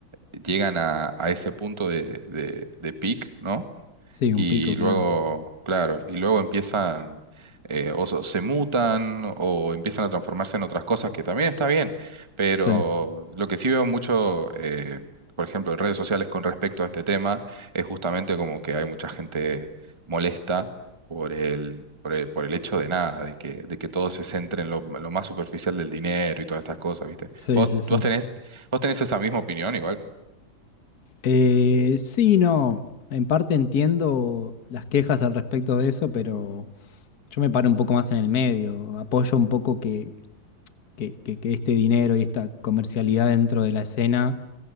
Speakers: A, on the right; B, on the left.
A: llegan a, a ese punto de, de, de peak, ¿no?
B: Sí,
A: Y
B: un pico,
A: luego,
B: claro.
A: claro, y luego empiezan, eh, o so- se mutan o empiezan a transformarse en otras cosas, que también está bien, pero
B: Sí,
A: lo que sí veo mucho, eh, por ejemplo, en redes sociales con respecto a este tema, es justamente como que hay mucha gente molesta por el, por el, por el hecho de nada, de que, de que todo se centre en lo, en lo más superficial del dinero y todas estas cosas, ¿viste?
B: sí,
A: ¿Vos,
B: sí, sí.
A: vos tenés, vos tenés esa misma opinión igual?
B: Eh, sí, no. En parte entiendo las quejas al respecto de eso, pero yo me paro un poco más en el medio. Apoyo un poco que, que, que que este dinero y esta comercialidad dentro de la escena